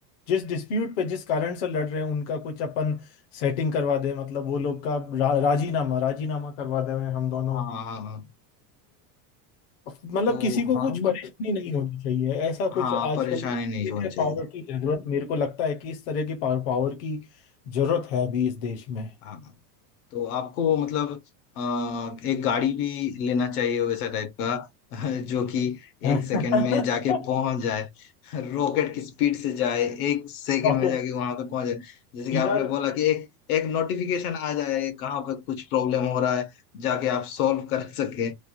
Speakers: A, on the left; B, on the left.
A: जिस डिस्प्यूट पे जिस कारण से लड़ रहे हैं उनका कुछ अपन सेटिंग करवा दें मतलब वो लोग का रा, राजीनामा राजीनामा करवा दें हम दोनों
B: हाँ हाँ हाँ।
A: मतलब
B: तो
A: किसी को
B: हाँ
A: कुछ
B: बट
A: परेशानी नहीं होनी चाहिए ऐसा
B: हाँ
A: कुछ आजकल
B: परेशानी
A: इस
B: नहीं
A: तरह
B: होनी
A: के
B: चाहिए
A: पावर की जरूरत मेरे को लगता है कि इस तरह की पावर, पावर की जरूरत है अभी इस देश में
B: हाँ हाँ। तो आपको मतलब आ, एक गाड़ी भी लेना चाहिए वैसा टाइप का <laughs> जो कि
A: <laughs>
B: एक सेकंड में जाके पहुंच जाए रॉकेट की स्पीड से जाए एक सेकंड
A: ओके
B: में जाके वहां पे पहुंच जाए जैसे कि
A: यार
B: आपने बोला कि एक एक नोटिफिकेशन आ जाए कहाँ पे कुछ प्रॉब्लम हो रहा है जाके आप सॉल्व <laughs> कर सके